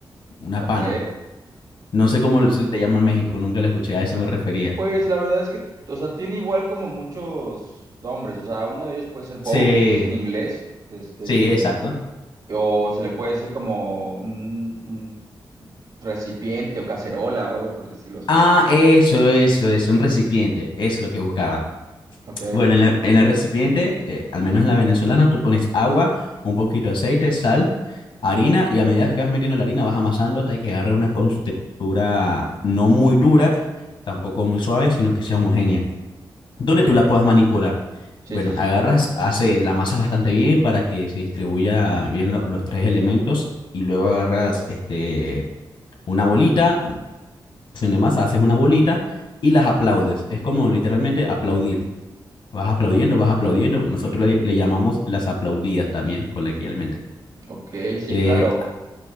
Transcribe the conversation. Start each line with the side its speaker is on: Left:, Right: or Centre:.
Left: una
Right: ok.
Left: pana. No sé cómo se le llama en México, nunca lo escuché, a eso me refería.
Right: Pues la verdad es que, o sea, tiene igual como muchos nombres, o sea, uno de ellos puede ser bowl,
Left: Sí,
Right: que es en inglés, este,
Left: sí, exacto.
Right: o se le puede decir como un, un recipiente o cacerola o algo por el estilo, ¿sabes?
Left: Ah, eso, eso, eso, un recipiente, eso es lo que buscaba.
Right: Ok,
Left: Bueno, en, la- en el recipiente, eh, al menos en la venezolana, tú pones agua, un poquito de aceite, sal, harina y a medida que vas metiendo la harina vas amasando hasta que agarre una textura no muy dura, tampoco muy suave, sino que sea homogénea,
Right: ok,
Left: donde tú la puedas manipular.
Right: sí,
Left: Bueno,
Right: sí, sí,
Left: agarras, hace la masa bastante bien para que se distribuya bien lo- los tres elementos y luego agarras este, una bolita, una porción de masa, haces una bolita y las aplaudes. Es como literalmente aplaudir Vas aplaudiendo, vas aplaudiendo. Nosotros le, le llamamos las aplaudidas también, coloquialmente.
Right: ok, sí,
Left: Eh,
Right: claro,